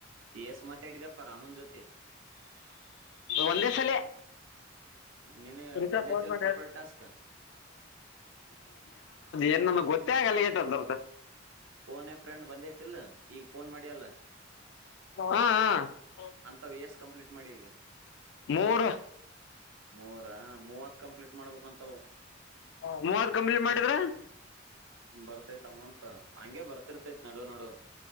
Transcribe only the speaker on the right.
ಎಸ್ ಮಾತಾಡಿದಪ್ಪ ರಾಮನ್ ಜೊತೆ
ನೀನ್
ಬಂದೈತಿಲ್ ಪ್ರೊಫೈಲ್ ಟಾಸ್ಕ್
ಫೋನ್ೇ ಫ್ರೆಂಡ್ ಬಂದೇತಿಲ್ಲ ಈಗ ಫೋನ್ ಮಾಡಿಯಲ್ಲ
ಅಂತ ವಿ ಎಸ್ ಕಂಪ್ಲೀಟ್ ಮಾಡಿ ಈಗ
ಮೂ ಮೂವತ್ ಕಂಪ್ಲೀಟ್ ಮಾಡ್ಬೇಕು ಅಂತ್
ಬರ್ತೈತ್ ಅಮೌಂಟ್ ಹಂಗೆ ಬರ್ತಿರ್ತೈತ್ ನಡು ನಡು